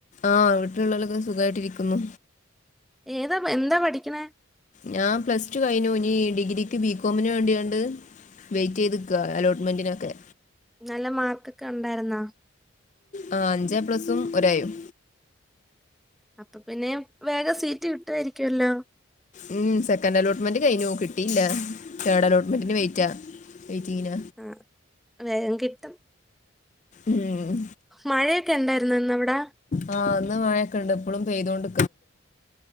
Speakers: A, on the left; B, in the centre.
A: ആഹ് വീട്ടിലുള്ളവരൊക്കെ സുഖായിട്ടിരിക്കുന്നു
B: ഏതാ എന്താ പഠിക്കണേ?
A: ഞാൻ പ്ലസ് ടു കഴിഞ്ഞു ഇനി ഡിഗ്രിക്ക് ബികോമിന് വേണ്ടിയുണ്ട് വെയിറ്റ് ചെയ്ത്ക്ക അലോട്ട്മെന്റിനൊക്കെ
B: നല്ല മാർക്കൊക്കെ ഉണ്ടായിരുന്നാ?
A: ആ അഞ്ച് എ പ്ലസും ഒരേയും
B: അപ്പൊ പിന്നെ വേഗം സീറ്റ് കിട്ടുവായിരിക്കല്ലോ
A: ഉം സെക്കൻ് അലോട്ട്മെന്റ് കഴിഞ്ഞു കിട്ടിയില്ല തർഡ് അലോട്ട്മെന്റിന് വെയിറ്റ് വെയ്റ്റിംഗില
B: ആഹ് വേഗം കിട്ടും.
A: ഉം
B: മഴയൊക്കെ ഉണ്ടായിരുന്നോ ഇന്നവിടെ?
A: ആ അന്ന് മഴയൊക്കെ ഇണ്ട് എപ്പഴും പെയ്തൊണ്ട്